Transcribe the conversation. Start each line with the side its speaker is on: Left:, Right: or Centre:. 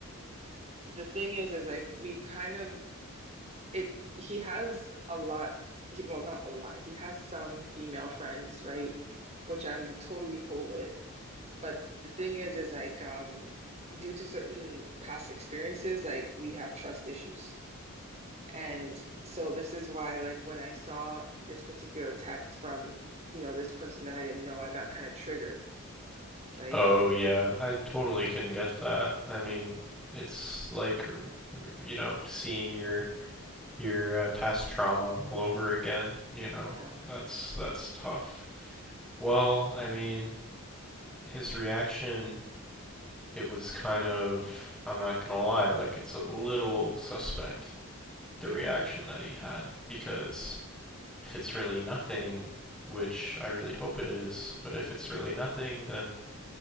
Right: the thing is, is like we've kind of it. He has a lot. He, well, not a lot. He has some female friends, right? Which I'm totally cool with. But the thing is, is like um, due to certain past experiences, like we have trust issues. And so this is why, like when I saw this particular text from, you know, this person that I didn't know, I got kind of triggered, right?
Centre: Oh yeah, I totally can get that. I mean, it's like r- r- you know, seeing your your uh, past trauma all over again, you know.
Right: Yeah.
Centre: That's that's tough. Well, I mean, his reaction it was kind of I'm not going to lie, like it's a little suspect the
Right: Yeah,
Centre: reaction that he had because if it's really nothing, which I really hope it is, but if it's really nothing, then